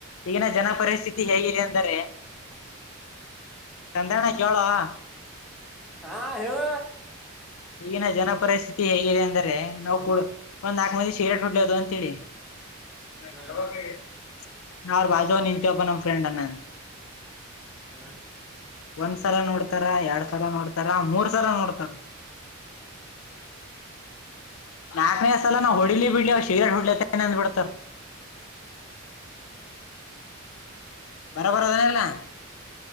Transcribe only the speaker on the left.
ಈಗಿನ ಜನ ಪರಿಸ್ಥಿತಿ ಹೇಗಿದೆ ಅಂದರೆ ಚಂದಣ್ಣ ಕೇಳ <unintelligible> ಹ <inaudible>
ಈಗಿನ ಜನ ಪರಿಸ್ಥಿತಿ ಹೇಗಿದೆ ಅಂದರೆೆ ನಾವು ಕೂಡ ಒಂದ್ ನಾಲ್ಕು ಮಂದಿ ಶೀರೆಟ್ ಹಡ್ಲದು ಅಂತೇಳಿ <unintelligible>
ಹಟಕ್ಕೆ <unintelligible> ನಾ ಅವ್ರ ಬಾಜವ ನಿನ್ಂತ ಒಬ ನಮ್ಮ್ ಫ್ರೆಂಡ್ ಅನ್ನ ಅಂತೆ.
ಒಂದ್ಸಲ ನೋಡ್ತಾರ ಎರಡ್ ಸಲ ನೋಡ್ತಾರ ಮೂರ್ ಸಲ ನೋಡ್ತಾರ <unintelligible>
ನಾಕನೇ ಸಲ ನಾವವು ಹೊಡಿಲಿ ಬಿಡ್ಲಿವ ಸಿಗರೆಟ್ ಹುಡ್ಲಿತನೆ ಅಂದಬಿಡ್ತಾರ <unintelligible>
ಬರಬರ ಅದಲ್ಲ <unintelligible>